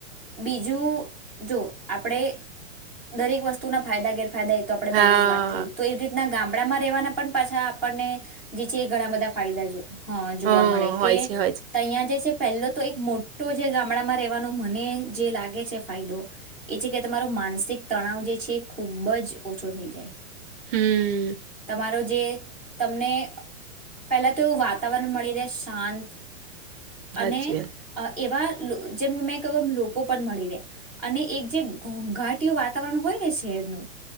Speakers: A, in the centre; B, on the right.
A: બીજું જો આપણે દરેક વસ્તુના ફાયદા ગેર ફાયદા તો ઈ આપણે
B: હા
A: પહેલા જ વાત થઈ તો એવી રીતના ગામ ગામડામાં રહેવાના પણ પાછા આપણને જે છે એ ઘણા બધા ફાયદા જોવા, હા જોવા
B: હં
A: મળે,
B: હોય
A: કે
B: છે હોય છે
A: તહીંયા જે છે પહેલો તો એક મોટો જે ગામડામાં રહેવાનો મને જે લાગે છે ફાયદો એ છે કે તમારો માનસિક તણાવ જે છે એ ખૂબ જ ઓછો થઈ જાય.
B: હમ્મ.
A: તમારો જે તમને પેલા તો એવું વાતાવરણ મળી રહે શાંત
B: સાચી
A: અને
B: વાત
A: અ એવા લ જેમ મેં કયું લો કો પણ મળી રહે, અને એક જે ઘોઘાટીયું વાતાવરણ હોય ને શહેરનું